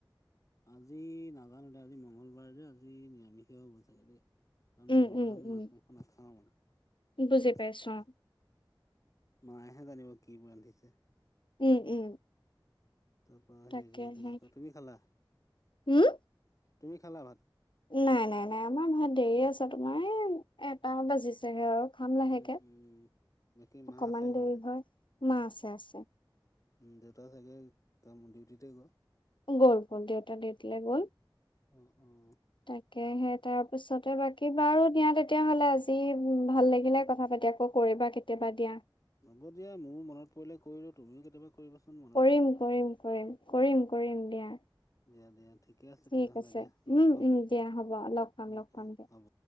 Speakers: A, on the left; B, on the left.
A: আজি নাজানো দে। আজি মঙগলবাৰে যে আজি নিৰামিষে হ'ব চাগে দেই। কাৰন
B: উম
A: মঙলবাৰে
B: উম
A: মই
B: উম
A: মাছ মাংস নাখাওঁ মানে।
B: বুজি পাইছো অ
A: মায়েহে জানিব কি ৰান্ধিছে।
B: উম, উম।
A: তাৰপৰা
B: তাকেহে
A: হেৰি এইটো কি কয়? তুমি খালা,
B: উম
A: তুমি খালা ভাত?
B: নাই নাই নাই আমাৰ ভাত দেৰি আছে তোমাৰ এই এটা বাজিছেহে আৰু। খাম লাহেকে।
A: উম, উম। বাকী মা
B: অকমান
A: আছে ঘৰতে,
B: দেৰি হয়। ব মা আছে, আছে।
A: দেউতা চাগে কাম, ডিউটিতে গ'ল?
B: গ'ল, গ'ল। দেউতা ডিউটিলে গ'ল।
A: অঁ, অঁ।
B: তাকে হে তাৰপিছতে বাকী বাৰু দিয়া তে তিয়া হ'লে আজি উম ভাল লাগিলে কথা পাতি আকৌ কৰিবা কেতিয়াবা দিয়া।
A: হ'ব দিয়া। মোৰো মনত পৰিলে কৰিলো। তুমিও কেতিয়াবা কৰিবাচোন ম
B: কৰিম, কৰিম কৰিম। কৰিম, কৰিম দিয়া।
A: দিয়া, দিয়া ঠিকে আছে
B: ঠিক
A: তেনেহ'লে দিয়া লগ
B: উম
A: পাম।
B: উম দিয়া হ'ব লগ পাম
A: উম,
B: লগ
A: উম
B: পাম দিয়া
A: হ'ব।